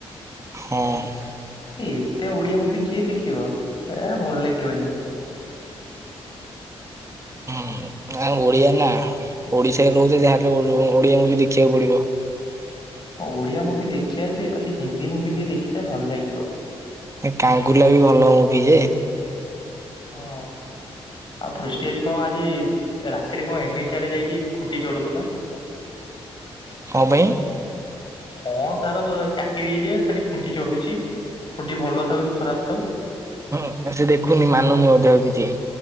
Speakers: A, on the right; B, on the left.
A: ହଁ।
B: ଏ ଏତେ ଓଡିଆ ମୁଭି କିଏ ଦେଖିବ ଏ ଭଲ ଲାଗିବନି। <inaudible>
A: ହୁଁ ନା ଓଡିଆ ନା ଓଡିଶାରେ ରହୁଛ ଯାହାେଲେ ଓଡିଆ ମୁଭି ବି ଦେଖିବାକୁ ପଡିବ।
B: ଓଡିଆ ମୁଭି ଦେଖିବାଆ ଯେ ପଛେ ହିନ୍ଦୀ ମୁଭି ଟିକେ ଦେଖିଥିଲେ ଟିକେ ଭଲ ଲାଗିବ।
A: କାଙ୍ଗୁଲା ବି ଭଲ ମୁଭି ଯେ।
B: ହଁ ଆଉ ପୃଷ୍ଟି ଆଜି କଣ ଆଜି ରାତିରେ କଣ ଏନଏଚ ଆଡେ ଯାଇକି ଖୁଣ୍ଟି ଚଢୁଥିଲ?
A: କଁ ପାଇଁ?
B: କଣ ତାର ଚାକିରି ହେଇଛିଯେ ଖାଲି ଖୁଣ୍ଟି ଚଢୁଛି। ଖୁଣ୍ଟି ଭଲ ଥାଉ କି ଖରାପ ଥାଉ।
A: ହୁଁ ସେ ଦେଖୁନି ମାନୁନି ମଧ୍ୟ ଆଉ କିଛି।